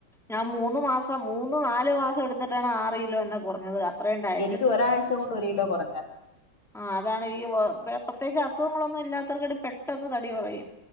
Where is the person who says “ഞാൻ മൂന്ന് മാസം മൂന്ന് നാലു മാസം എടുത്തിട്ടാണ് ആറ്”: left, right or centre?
Centre